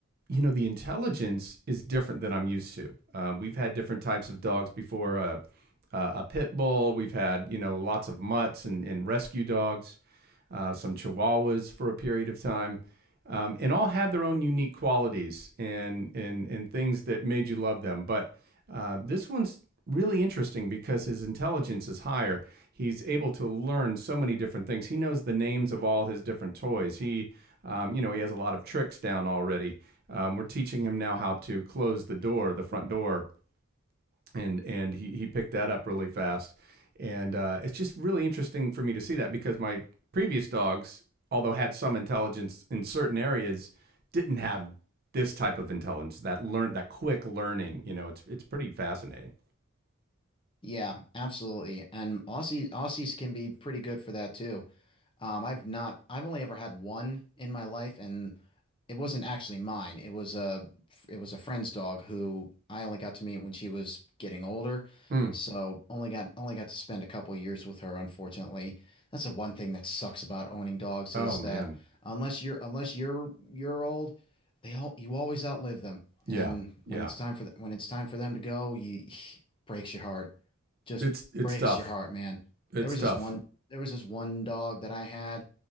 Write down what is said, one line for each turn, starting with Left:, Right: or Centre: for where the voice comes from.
Right: you know, the intelligence is different than I'm used to. Um, we've had different types of dogs before uh, uh, a pit bull, we've had, you know, lots of mutts and, and rescue dogs, uh, some chihuahuas for a period of time. Um, and all had their own unique qualities and, and, and things that made you love them. But uh, this one's really interesting because his intelligence is higher. He's able to learn so many different things. He knows the names of all his different toys. He, um, you know, he has a lot of tricks down already. Um, we're teaching him now how to close the door, the front door, and and he he picked that up really fast. And uh, it's just really interesting for me to see that because my previous dogs, although had some intelligence in certain areas, didn't have this type of intelligence that learn that quick learning. You know, it's it's pretty fascinating.
Left: Yeah, absolutely. And Aussie Aussies can be pretty good for that too. Um, I've not, I've only ever had one in my life, and it wasn't actually mine. It was a it was a friend's dog who I only got to meet when she was getting older.
Right: Mm.
Left: So only got only got to spend a couple of years with her, unfortunately. That's the one thing that sucks about owning dogs
Right: Oh
Left: is
Right: man,
Left: that unless you're unless you're you're old, they all you always outlive them.
Right: yeah,
Left: And
Right: yeah.
Left: when it's time for the, when it's time for them to go, you <sighs> breaks your heart. Just
Right: It's it's
Left: breaks
Right: tough.
Left: your heart, man.
Right: It's
Left: There was
Right: tough.
Left: this one there was this one dog that I had.